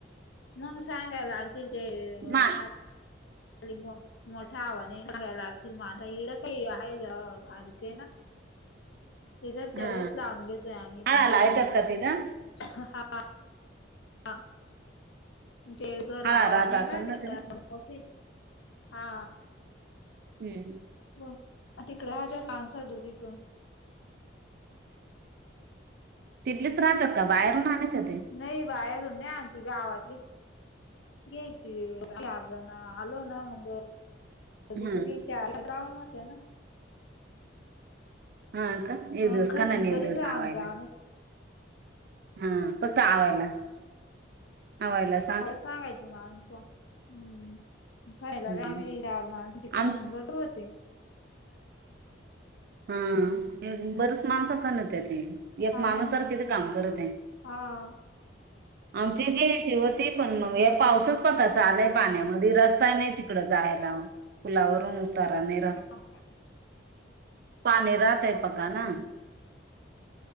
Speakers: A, on the left; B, on the right.
A: मग सांगायल आलतील ते
B: मा
A: खाली घेऊन मोठं आव्हने ये लागतील माझा इडं काही आहे बारीक आहे ना <unintelligible>
B: <inaudible>
A: ते घर, त्या
B: हा
A: घरीच लावून घेतोय आम्ही
B: हळा
A: पण
B: लावतात
A: ते..
B: का तिला
A: हा.. आ.. ते घर
B: हळा
A: आवाने
B: राहत असेल
A: है ना <unintelligible> हे
B: तिला
A: घर मोठे आहे. हा..
B: हम्म
A: बोल, तिकडे राहतेत माणस दूरीतून
B: तिथलीच राहतात का बाहेरून आणयच ते?
A: नाही बाहेरून नाही आणती, गावातलीच घ्यायची साबुदाणा <inaudible> आलो ना मग दुसरीच्या
B: हम्म
A: <unintelligible> होते ना
B: हा.. का?
A: अ
B: एक दिवस
A: खनन
B: का नाही नाही
A: करीत
B: एक दिवस
A: आमच्या
B: आवायला,
A: आम्ही
B: हा.. फक्त आवायला. आवायलाच
A: मला सांगायची माणस हम्.. खायला
B: हम्म.
A: ग आम्ही चार माणस ती
B: आम
A: खनन बरोबर होते.
B: हम्... एक.. बरच माणस खणत्याती. एक
A: हा
B: माणूस
A: मग
B: तर किती काम करतय?
A: हा
B: आमचे हे जेव्हा ते पण मग या पाऊसच पता चालय पाण्यामध्ये रस्ता नाही तिकड जायला. पुुलावरून उतारा नाही राहत.
A: <unintelligible> आ.. व
B: पाने राहतय पका ना